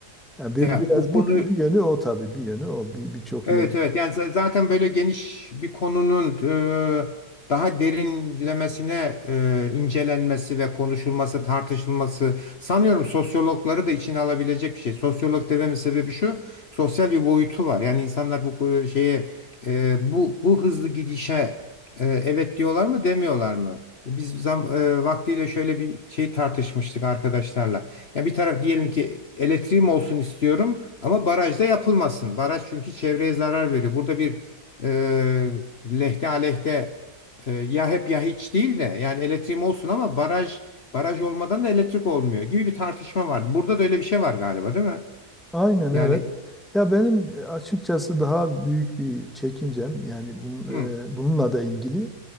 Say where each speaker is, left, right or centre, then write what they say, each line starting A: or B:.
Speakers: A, in the centre; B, on the left (about 45°).
A: Yani bir
B: Ya
A: biraz
B: bu konu
A: bir, bir yönü o tabii bir yönü o bir birçok
B: Evet
A: yönü
B: evet yani z- zaten böyle geniş bir konunun e, daha derinlemesine e, incelenmesi ve konuşulması, tartışılması sanıyorum sosyologları da içine alabilecek bir şey. Sosyolog dememin sebebi şu, sosyal bir boyutu var. Yani insanlar bu e, şeye e, bu bu hızlı gidişe e, evet diyorlar mı demiyorlar mı? Biz zam, e, vaktiyle şöyle bir şey tartışmıştık arkadaşlarla. Ya bir taraf diyelim ki elektriğim olsun istiyorum ama barajda yapılmasın. Baraj çünkü çevreye zarar veriyor. Burada bir e, lehte aleyhte e, ya hep ya hiç değil de yani elektriğim olsun ama baraj baraj olmadan da elektrik olmuyor gibi bir tartışma vardı. Burada da öyle bir şey var galiba değil mi?
A: Aynen
B: Yani
A: evet. Ya benim e, açıkçası daha büyük bir çekincem yani bun-
B: hı,
A: e, bununla da ilgili.